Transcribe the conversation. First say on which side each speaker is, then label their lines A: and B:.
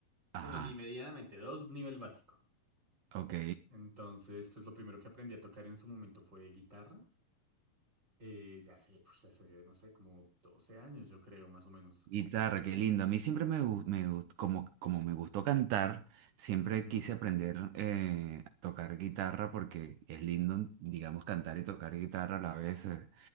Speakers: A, on the right; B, on the right.
A: Ajá,
B: Bueno, ni medianamente, dos nivel básico.
A: ok.
B: Entonces, pues lo primero que aprendí a tocar en su momento fue guitarra. Eh, ya sé, pues, hace, no sé, como 12 años, yo creo, más o menos.
A: Guitarra, qué lindo. A mí siempre me, gu- me gust- como, como me gustó cantar, siempre
B: Ujú.
A: quise aprender eh, a tocar guitarra porque es lindo, digamos, cantar y tocar guitarra a la vez, eh,